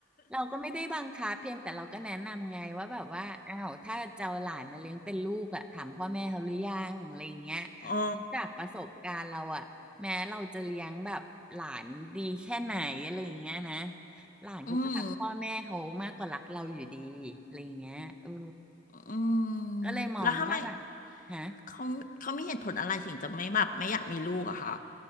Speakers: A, in the centre; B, on the left.
A: เราก็ไม่ได้บังคับเพียงแต่เราก็แนะนำไงว่าแบบว่าอ้าวถ้าจะเอาหลานมาเลี้ยงเป็นลูกอะถามพ่อแม่เขาหรือยังอะไรอย่างเงี้ย
B: อ๋อ
A: จากประสบการณ์เราอะแม้เราจะเลี้ยงแบบหลานดีแค่ไหนอะไรอย่างเงี้ยนะหลานเขาก็รักพ่อแม่เขามากกว่ารักเราอยู่ดีอะไรอย่างเงี้ยเออ
B: อืมอืม
A: ก็เลยมองว่าแบบ
B: แล้วทำไม
A: ฮะ
B: เขาเขามีเหตุผลอะไรถึงจะไม่แบบไม่อยากมีลูกอะคะ